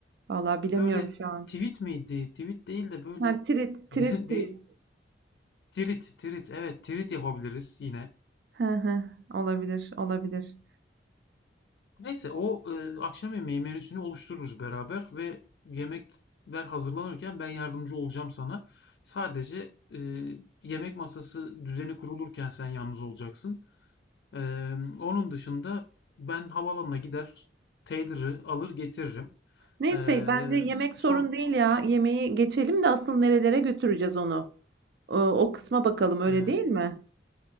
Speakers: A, on the right (about 65°); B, on the left (about 65°).
A: Vallahi bilemiyorum
B: Böyle,
A: şu an.
B: tivit miydi? Tivit değil de, böyle,
A: Ha,
B: <laughs>
A: trit, trit,
B: de
A: trit.
B: de Tirit, tirit. Evet, tirit yapabiliriz yine.
A: Hı hı, olabilir, olabilir.
B: Neyse o e, akşam yemeği menüsünü oluştururuz beraber ve yemekler hazırlanırken ben yardımcı olacağım sana. Sadece e, yemek masası düzeni kurulurken sen yalnız olacaksın. E, onun dışında ben havalanına gider, Taylor'ı alır getiririm.
A: Neyse,
B: E,
A: bence yemek sorun
B: son
A: değil ya. Yemeği geçelim de asıl nerelere götüreceğiz onu. Ee, o kısma bakalım, öyle
B: e,
A: değil mi?